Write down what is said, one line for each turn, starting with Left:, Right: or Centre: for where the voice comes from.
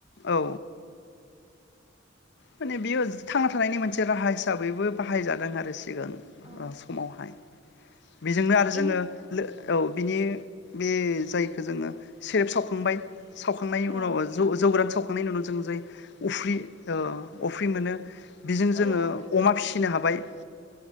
Left: औ। माने बेयो थांना थानायनि मोनसे राहा हिसाबैबो बाहायजादों आरो। सिगां
Right: औ
Left: समावहाय। बेजोंनो आरो जोङो
Right: एनि
Left: औ बिनि। बे जायखौ जोङो सेरेब सावखांबाय। सावखांनायनि
Right: औ
Left: उनाव जौ जौग्रान सावखां। खांनायनि उनाव जों जाय अफ्रि। अफ्रि मोनो। बेजों
Right: औ
Left: जोङो अमा फिसियो। फिनो हाबाय।